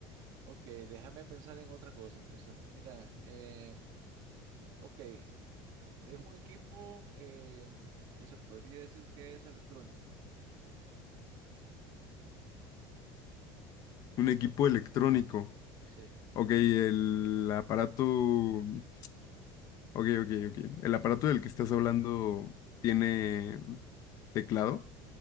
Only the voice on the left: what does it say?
Un equipo electrónico.
Ok, el aparato. Ok, ok, ok. El aparato del que estás hablando tiene teclado.